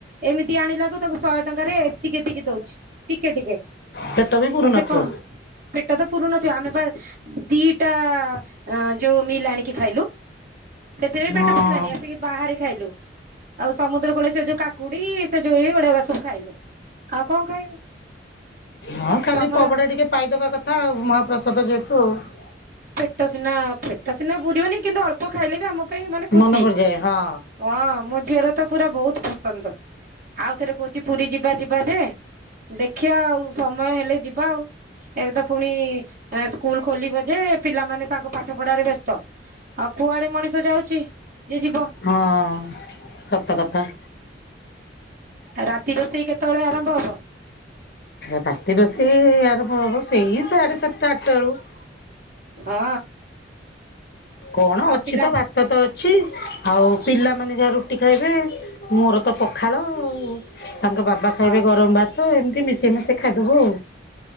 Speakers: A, on the right (about 45°); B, on the left (about 55°).
A: ଏମିତି ଆଣିଲାକୁ ତାକୁ ଶହେ ଟଙ୍କାରେ ଏତିକି ଏତିକି ଦଉଛି। ଟିକେ ଟିକେ,
B: ପେଟ ବି ପୁରୁ
A: ଆଉ ସେ
B: ନଥିବ।
A: କଁ ପେଟ ତ ପୁରୁନଥିବ ଆମେପା ଦିଇଟା ଅଁ ଯୋଉ ମିଲ୍ ଆଣିକି ଖାଇଲୁ। ସେଥିରେ ବି
B: ହଁ
A: ପେଟ ପୁରିଲାନି ଆସିକି ବାହାରେ ଖାଇଲୁ ଆଉ ସମୁଦ୍ର କୂଳ ସେ ଯୋଉ କା କୁଡି ସେ ଯୋଉ ଇଏ ଗୁଡାକ ସବୁ ଖାଇଲୁ ଆଉ କଣ ଖାଇବୁ।
B: ହଁ ଖାଲି
A: ତମର
B: ପଭଡା ଟିକେ ପାଇଦବା କଥା ଆଉ ମହାପ୍ରସାଦ ଯେହେତୁ ଆଉ।
A: ପେଟ ସିନା ପେଟ ସିନା ପୁରି ବନି କିନ୍ତୁ ଅଳ୍ପ ଖାଇଲେ ବି ଆମ ପାଇଁ ମାନେ ଖୁସି।
B: ମନେ ପଡିଯାଏ ହଁ
A: ହଁ ମୋ ଝିଅର ତ ପୁରା ବୋହୁତ ଫସନ୍ଦ ଆଉ ଥରେ କୋହୁଚି ପୁରି ଯିବା ଯିବା ଯେ ଦେଖିବା ଆଉ ସମୟ ହେଲେ ଯିବା ଆଉ। ଏବେ ତ ପୁଣି ଏଁ ସ୍କୁଲ ଖୋଲିବ ଯେ ପିଲାମାନେ ତାଙ୍କ ପାଠ ପଢାରେ ବ୍ୟସ୍ତ ଆଉ କୁଆଡେ ମଣିଷ ଯାଉଚି ଯେ ଯିବ।
B: ହଁ ସତ କଥା।
A: ରାତି ରୋଷେଇ କେତେବେଳେ ଆରମ୍ଭ ହବ?
B: ରାତି ରୋଷେଇ ଆରମ୍ଭ ହବ ସେଇ ସାଢେ ସାତଟା ଆଠଟା ବେଳକୁ
A: ହଁ।
B: କଣ
A: ଆଉ
B: ଅଛି
A: ପିଲା
B: ତ ଭାତ ତ ଅଛି ଆଉ ପିଲାମାନେ ଯାହା ରୁଟି ଖାଇବେ। ମୋର ତ ପଖାଳ ଆଉ ତାଙ୍କ ବାବା ଖାଇବେ
A: ହଁ
B: ଗରମ ଭାତ ଏମିତି ମିଶେଇ ମିଶେଇ ଖାଇଦୋବୁ।